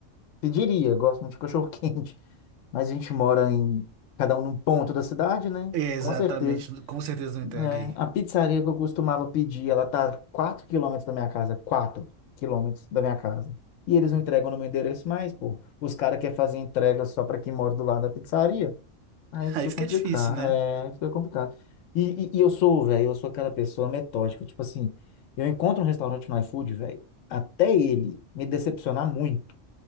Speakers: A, on the left (about 80°); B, on the right (about 75°).
A: Pediria, gosto muito de cachorro <laughs> quente, mas a gente mora em cada um num ponto da cidade, né?
B: Exatamente,
A: Com certeza.
B: com certeza não entrega
A: É,
B: aí.
A: a pizzaria que eu costumava pedir, ela tá a 4 quilômetros da minha casa, quatro quilômetros da minha casa. E eles não entregam no meu endereço mais, pô. Os caras querem fazer entrega só pra quem mora do lado da pizzaria.
B: <laughs>
A: Aí fica
B: Aí fica
A: complicado,
B: difícil, né?
A: é, aí fica complicado. E, e, e eu sou, velho, eu sou aquela pessoa metódica, tipo assim, eu encontro um restaurante no iFood, velho, até ele me decepcionar muito,